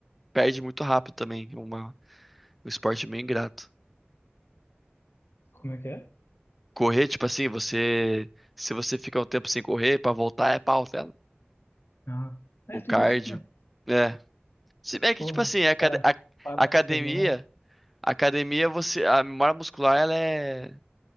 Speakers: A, in the centre; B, on the left (about 75°).
A: perde muito rápido também, é uma, um esporte meio ingrato.
B: como é que é?
A: Correr, tipo assim, você, se você fica um tempo sem correr, pra voltar é pau, tá? ligado?
B: Ah, é
A: O
B: tudo
A: cardio.
B: assim, né?
A: É. Se bem que,
B: Porra,
A: tipo assim,
B: se
A: a,
B: o
A: acad-
B: cara
A: a-
B: para
A: academia,
B: uma semana,
A: academia, você, a memória muscular, ela é,